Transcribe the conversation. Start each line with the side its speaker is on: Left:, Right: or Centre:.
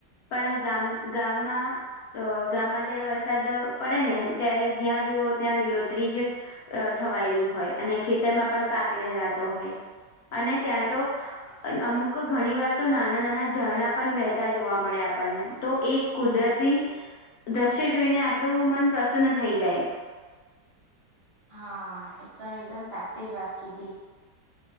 Left: પણ ગામ ગામમાં તો ગામમાં જયારે વરસાદ પડે ને ત્યારે જ્યાં જુઓ ત્યાં લીલોત્રી જ અ છવાયેલી હોય અને ખેતરમાં પણ પાક લહેરાતો હોય અને ત્યાં તો અમુક ઘણી વાર તો નાના નાના ઝરણા પણ વહેતા જોવા મળે આપણને તો એક કુદરતી દ્રશ્ય જોઈને આપડું મન પ્રસન્ન થઈ જાય
Right: હા એકદમ એકદમ સાચી જ વાત કીધી